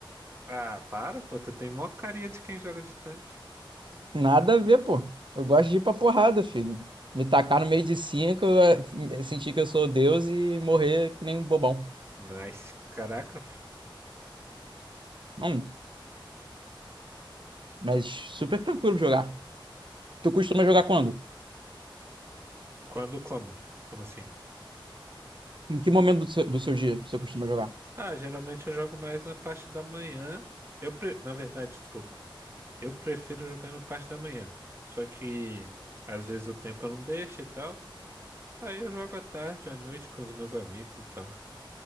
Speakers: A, on the right (about 25°); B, on the right (about 65°).
A: Ah, para, pô, tu tem mó carinha de quem joga de tanque.
B: Nada a ver, pô. Eu gosto de ir pra porrada, filho. Me tacar no meio de cinco, eh, sentir que eu sou Deus e morrer que nem um bobão.
A: Nice, caraca, fi.
B: Hum, mas super tranquilo de jogar. Tu costuma jogar quando?
A: Quando como? Como assim?
B: Em que momento do seu, do seu dia você costuma jogar?
A: Ah, geralmente eu jogo mais na parte da manhã. Eu pre... Na verdade, desculpa. Eu prefiro jogar na parte da manhã. Só que às vezes o tempo não deixa e tal. Aí eu jogo à tarde, à noite com os meus amigos e tal.